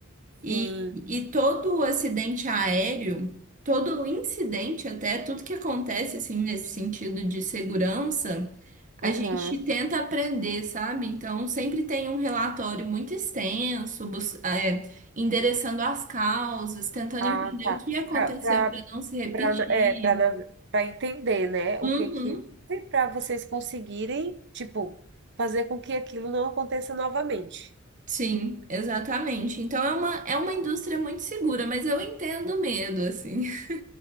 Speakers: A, on the right; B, on the right.
A: E,
B: sim.
A: e todo o acidente aéreo, todo o incidente, até tudo que acontece assim nesse sentido de segurança, a
B: Uhum.
A: gente tenta aprender, sabe? Então sempre tem um relatório muito extenso, bus- é, endereçando as causas, tentando
B: Ah,
A: entender
B: tá.
A: o que aconteceu
B: Para para
A: para não se repetir.
B: é, para para entender, né, o
A: Uhum.
B: que que para vocês conseguirem, tipo, fazer com que aquilo não aconteça novamente.
A: Sim, exatamente. Então é uma, é uma indústria muito segura, mas eu entendo o medo, assim. <laughs>